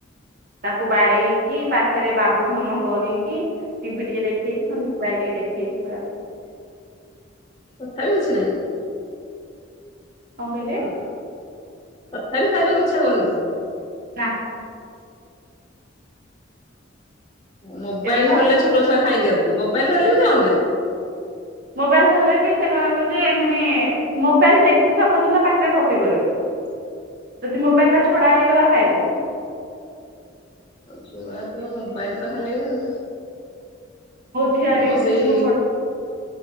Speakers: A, on the right; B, on the left.
A: ତାକୁ ବାଡେଇକି ପାଖରେ ବାବୁଧନ କରିକି ଟିଭି ଟିକେ ଦେଖେ କି ନହେଲେ ମୋବାଇଲ ଟିକେ ଦେଖେ। <unintelligible>
B: ତଥାପି କିଛି ନାହିଁ।
A: କଣ କହିଲେ?
B: ହଁ ତଥାପି ଖାଇବାକୁ ଇଚ୍ଛା କରୁନି।
A: ନା।
B: ମୋବାଇଲ
A: ଏବେ ବା
B: ଧରିଲେ ଛୋଟ ଛୁଆ ଖାଇ ଦିଅନ୍ତି। ମୋବାଇଲ ଧରିଲେ ବି ଖାଉନାହାନ୍ତି।
A: ମୋବାଇଲ ଧରିଲେ ବି ସେ କହିବ ଯେ ମାନେ ମୋବାଇଲ ଦେଖୁଥିଲା ପର୍ଯ୍ୟନ୍ତ ପାଟିରେ ଭର୍ତ୍ତି କରୁ।
B: <inaudible>
A: ଯଦି ମୋବାଇଲ ଟା ଛଡା ହେଇଗଲା ଖାଇବନି।
B: ଛୁଆ ତ ମୋବାଇଲ ତ ଖାଲି ଆଉ।
A: ଝିଆରୀ
B: ମୋ
A: ବି
B: ସେଇ
A: ସେମିତି ମୋ ବଡ